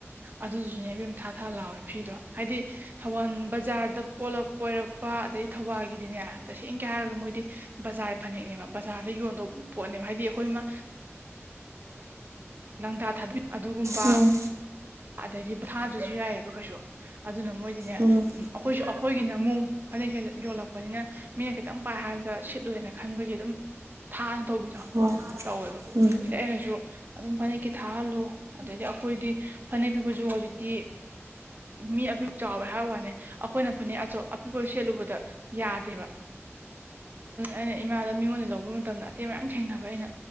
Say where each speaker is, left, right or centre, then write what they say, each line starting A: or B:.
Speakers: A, on the right; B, on the right.
A: ꯑꯗꯨꯗꯨꯁꯨꯅꯦ ꯢꯕꯦꯝꯃ ꯊꯥ ꯊꯥ ꯂꯥꯎꯋꯦ ꯐꯤꯗꯣ ꯍꯥꯏꯗꯤ ꯊꯧꯕꯥꯜ ꯕꯖꯥꯔꯗ ꯄꯣꯂꯞ ꯄꯣꯏꯔꯛꯄ ꯑꯗꯩ ꯊꯧꯕꯥꯜꯒꯤꯗꯤꯅꯦ ꯇꯁꯦꯡꯅꯒꯤ ꯍꯥꯏꯔꯒ ꯃꯣꯏꯗꯤ ꯕꯖꯥꯔ ꯐꯅꯦꯛꯅꯦꯕ ꯕꯖꯥꯔꯗ ꯌꯣꯟꯗꯧꯕ ꯄꯣꯠꯅꯦꯕ ꯍꯥꯏꯗꯤ ꯑꯩꯈꯣꯏꯃ ꯂꯪꯇꯥ ꯊꯥꯕꯤ ꯑꯗꯨꯒꯨꯝꯕ
B: ꯎꯝ ꯎꯝ
A: ꯑꯗꯩꯗꯤ ꯊꯥꯗꯁꯨ ꯌꯥꯏꯌꯦꯕ ꯀꯩꯁꯨ ꯑꯗꯨꯅ ꯃꯣꯏꯗꯤꯅꯦ ꯑꯩꯈꯣꯏꯁꯨ
B: ꯎꯝ
A: ꯑꯩꯈꯣꯏꯒꯤꯅ ꯑꯃꯨꯛ ꯐꯅꯦꯛ ꯌꯣꯜꯂꯛꯄꯅꯤꯅ ꯃꯤꯅ ꯈꯤꯇꯪ ꯄꯥꯏ ꯍꯥꯏꯕꯗ ꯁꯤꯠꯂꯣꯅ ꯈꯟꯕꯒꯤ ꯑꯗꯨꯝ ꯊꯥꯅ ꯇꯧꯕꯤꯗꯣ
B: ꯍꯣꯏ
A: ꯇꯧꯋꯦꯕ
B: ꯎꯝ
A: ꯑꯗꯩ ꯑꯩꯅꯁꯨ ꯑꯗꯨꯝ ꯐꯅꯦꯛꯀꯤ ꯊꯥꯍꯜꯂꯨ ꯑꯗꯩꯗꯤ ꯑꯩꯈꯣꯏꯗꯤ ꯐꯅꯦꯛ ꯄꯤꯛꯄꯁꯨ ꯍꯧꯖꯤꯛꯇꯤ ꯃꯤ ꯑꯄꯤꯛ ꯆꯥꯎꯋꯦ ꯍꯥꯏꯕ ꯋꯥꯅꯦ ꯑꯩꯈꯣꯏꯅ ꯐꯅꯦꯛ ꯑꯆꯧ ꯑꯄꯤꯛꯄ ꯁꯦꯠꯂꯨꯕꯗ ꯌꯥꯗꯦꯕ ꯩꯅ ꯏꯃꯥ ꯃꯤꯉꯣꯟꯗ ꯂꯧꯕ ꯃꯇꯝꯗ ꯑꯇꯦꯟ ꯃꯌꯥꯝ ꯊꯦꯡꯅꯕ ꯑꯩꯅ